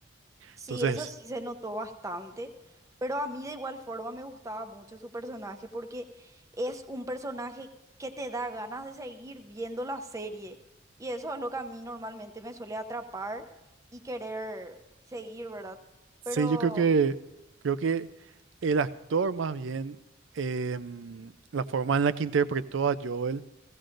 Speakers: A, on the right; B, on the right.
A: Sí,
B: Entonces,
A: eso sí se notó bastante, pero a mí de igual forma me gustaba mucho su personaje porque es un personaje que te da ganas de seguir viendo la serie y eso es lo que a mí normalmente me suele atrapar y querer seguir, ¿verdad?
B: sí,
A: Pero
B: yo creo que, creo que el actor más bien, em, la forma en la que interpretó a Joel